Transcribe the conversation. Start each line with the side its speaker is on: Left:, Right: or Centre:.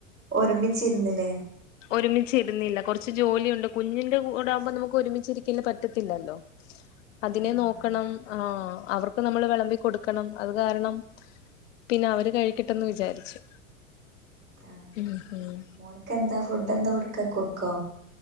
Right: ഒരുമിച്ചിരുന്നില്ലേ?
Left: ഒരുമിച്ചിരുന്നില്ല കുറച്ച് ജോലിയുണ്ട് കുഞ്ഞിന്റെ കൂടെ ആമ്പോ നമുക്ക് ഒരുമിച്ചിരിക്കല് പറ്റത്തില്ലല്ലോ അതിനെ
Right: ആഹ്
Left: നോക്കണം ആ അവർക്ക് നമ്മള് വിളമ്പി കൊടുക്കണം അത് കാരണം പിന്നെ അവര് കഴിക്കിട്ടന്ന് വിചാരിച്ചു
Right: ആഹ്
Left: ഉം ഹും
Right: മോനക്ക് എന്താ ഫുഡ് എന്താ കൊടുക്കാ കുറുക്കോ?